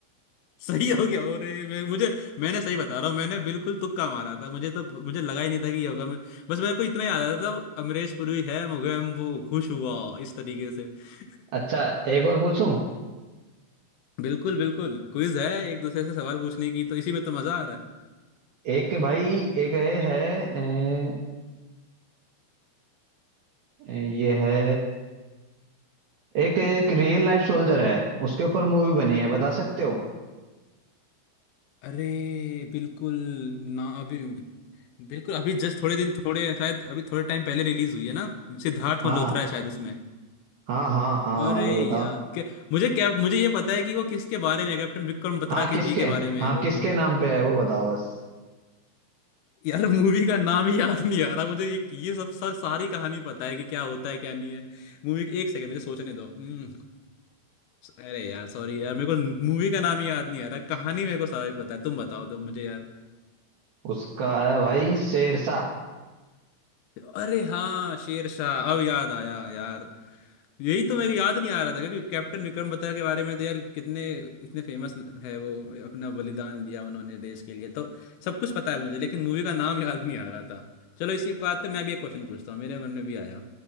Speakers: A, on the left; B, on the right.
A: सही हो गया और मैं मुझे मैंने सही बता रहा हूँ मैंने बिल्कुल तुक्का मारा था मुझे तो मुझे लगा ही नहीं था कि ये होगा मैं बस मेरे को इतना याद आ रहा था अमरीश पुरी है मुझे हम वो खुश हुआ इस तरीके से <laughs>
B: अच्छा एक और पूछूं
A: बिल्कुल बिल्कुल क्विज है एक दूसरे से सवाल पूछने की तो इसी में तो मजा आ रहा है
B: एक भाई एक है, है अ, ये है एक एक रियल लाइफ सोल्जर है उसके ऊपर मूवी बनी है बता सकते हो
A: अरे बिल्कुल ना अभी बिल्कुल अभी जस्ट थोड़े दिन थोड़े शायद अभी थोड़े टाइम पहले रिलीज हुई है ना सिद्धार्थ
B: हाँ
A: मल्होत्रा है शायद उसमें
B: हाँ हाँ हाँ
A: अरे
B: अभी बताओ
A: यार के, मुझे क्या मुझे ये पता है कि वो किसके बारे में है, कैप्टन विक्रम बत्रा
B: हाँ किसके
A: के जी के बारे में
B: हाँ
A: है वो
B: किसके
A: मूवी
B: नाम पे है वो बताओ बस
A: यार मूवी का नाम ही याद नहीं आ रहा मुझे ये ये सब सर सारी कहानी पता है कि क्या होता है क्या नहीं है मूवी एक सेकंड मुझे सोचने दो हम्म अरे यार सॉरी यार मेरे को मूवी का नाम ही याद नहीं आ रहा कहानी मेरे को सारी पता है तुम बताओ दो मुझे यार
B: उसका है भाई शेरशाह
A: अरे हाँ शेर शाह अब याद आया यार यही तो मेरे याद नहीं आ रहा था क्योंकि कैप्टन विक्रम बत्रा के बारे में तो यार कितने इतने फेमस है वो अपना बलिदान दिया उन्होंने देश के लिए तो सब कुछ पता है मुझे लेकिन मूवी का नाम याद नहीं आ रहा था चलो इसी बात पे मैं भी एक क्वेश्चन पूछता हूँ मेरे मन में भी आया